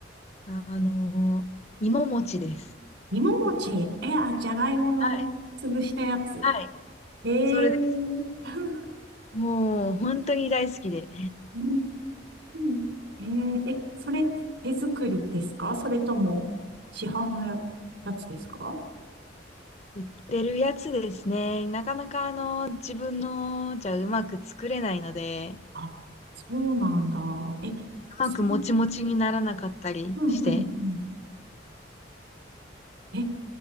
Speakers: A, on the left; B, on the right.
A: あのー芋餅です。
B: 芋餅。え、あ、じゃがいもの潰したやつ。
A: はい。はい。
B: ええー。
A: それです。
B: <laughs>
A: もう、本当に大好きで。
B: うーん。えー、え、それって手作りですかそれとも市販のやつですか
A: 売ってるやつですね。なかなかあの、自分のじゃうまく作れないので、
B: あ、そうなんだ。え、
A: うまくもちもちにならなかったりして。
B: そうんうんうん。へえ。え、